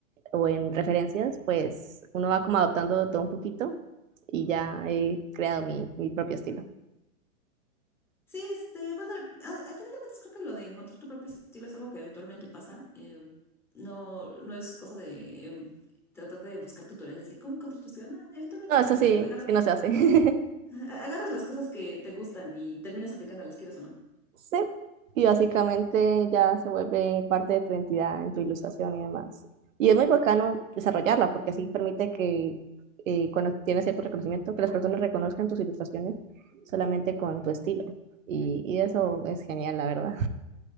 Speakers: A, on the right; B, in the centre.
A: o en referencias, pues uno va como adoptando todo un poquito y ya he creado mi, mi propio estilo.
B: Sí, este, bueno, al, al final de cuentas creo que lo de encontrar tu propio estilo es algo que eventualmente pasa. eh, no, no es cosa de em, tratar de buscar tutoriales de cómo encontrar tu estilo. No, eventualmente
A: No, eso
B: pasa.
A: sí,
B: Agarra,
A: sí no se hace. <laughs>
B: a- <laughs> agarras las cosas que te gustan y terminas aplicándolas, quieras o no.
A: Sí, y básicamente ya se vuelve parte de tu identidad, en tu ilustración y demás. Y es muy bacano desarrollarla porque así permite que eh, cuando tienes cierto reconocimiento, que las personas reconozcan tus ilustraciones solamente con tu estilo. Y, y eso es genial, la verdad.